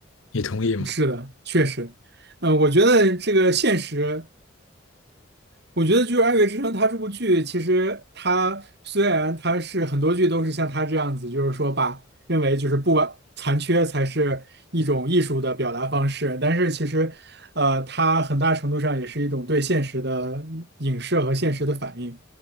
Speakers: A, on the left; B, on the right.
A: 你同意吗？
B: 是的，确实，呃，我觉得这个现实，我觉得就是《爱乐之城》，它这部剧其实它虽然它是很多剧都是像它这样子，就是说把认为就是不完残缺才是一种艺术的表达方式，但是其实，呃，它很大程度上也是一种对现实的影射和现实的反应